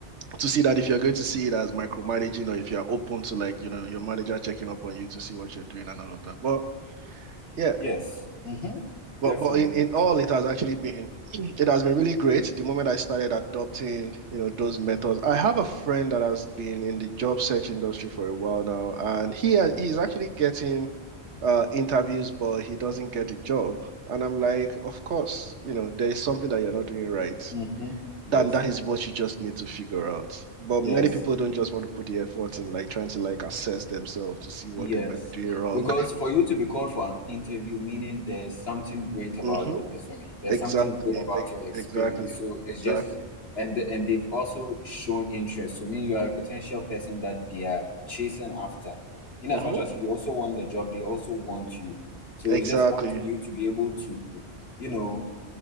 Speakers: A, on the right; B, on the left.
A: to see that if you're going to see it as micromanaging or if you're open to like, you know, your manager checking up on you to see what you're doing and all of that. But yeah,
B: Yes. Mm-hmm.
A: but
B: Definitely.
A: but in, in all it has actually been it has been really great the moment I started adopting, you know, those methods. I have a friend that has been in the job search industry for a while now, and he has, he's actually getting uh interviews, but he doesn't get the job. And I'm like, of course, you know, there's something that you're not doing right.
B: Mm-hmm. Yes.
A: Then that is what you just need to figure out. But
B: Yes.
A: many people don't just want to put the effort in, like trying to like assess themselves to see what
B: Yes.
A: they might be doing wrong.
B: Because for you to be called for an interview, meaning there's something great about
A: Mm-hmm.
B: your resume. There's
A: Exactly.
B: something good about
A: E-
B: your experience.
A: Exactly.
B: So it's
A: Exactly.
B: just and the- and they've also shown interest. So meaning you are a potential person that they are chasing after. In
A: Mm-hmm.
B: as much as you also want the job, they also want you. So
A: Exactly.
B: it's just up to you to be able to, you know,